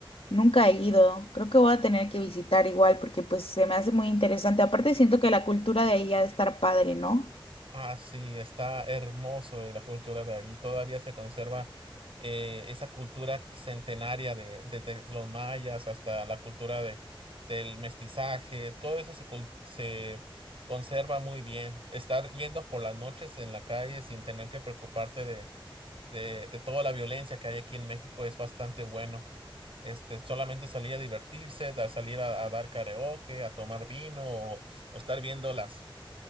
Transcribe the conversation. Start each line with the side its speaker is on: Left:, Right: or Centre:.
Left: nunca he ido. Creo que voy a tener que visitar igual porque pues se me hace muy interesante. Aparte siento que la cultura de ahí ha de estar padre, ¿no?
Right: Ah, sí, está hermoso de la cultura de ahí. Todavía se conserva eh, esa cultura centenaria de, desde los mayas hasta la cultura de, del mestizaje. Todo eso se, cul- se conserva muy bien. Estar yendo por las noches en la calle sin tener que preocuparte de, de, de toda la violencia que hay aquí en México es bastante bueno. Este, solamente salir a divertirse, da- salir a, a dar karaoke, a tomar vino o, o estar viendo las